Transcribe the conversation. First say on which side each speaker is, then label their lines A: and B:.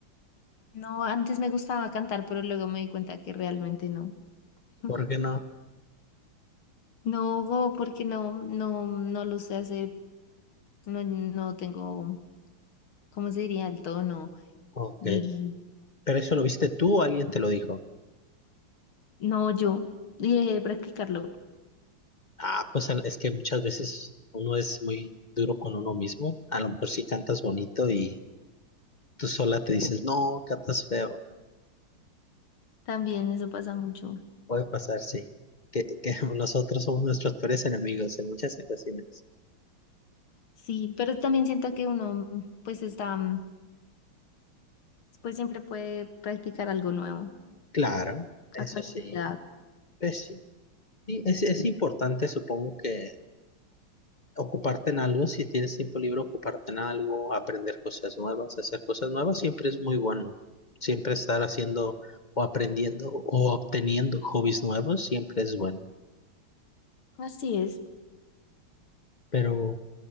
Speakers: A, on the left; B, on the left.
A: No, antes me gustaba cantar, pero luego me di cuenta que realmente no. <laughs>
B: ¿Por qué no?
A: No, go, porque no, no, no lo sé hacer, no, no tengo, ¿cómo se diría? El tono,
B: Ok,
A: l-
B: pero eso lo viste tú o alguien te lo dijo.
A: no yo, y dejé de practicarlo,
B: Ah, pues al- es que muchas veces uno es muy duro con uno mismo, a lo mejor si cantas bonito y tú sola te dices, no, cantas feo.
A: también eso pasa mucho,
B: Puede pasar, sí. Que, que <laughs> nosotros somos nuestros peores enemigos en muchas ocasiones.
A: sí, pero también siento que uno, pues está, mm, pues siempre puede practicar algo nuevo,
B: Claro, eso
A: a cualquier
B: sí,
A: edad,
B: pues sí. Y es, es importante, supongo que ocuparte en algo, si tienes tiempo libre, ocuparte en algo, aprender cosas nuevas, hacer cosas nuevas, siempre es muy bueno. Siempre estar haciendo o aprendiendo o obteniendo hobbies nuevos, siempre es bueno.
A: así es,
B: Pero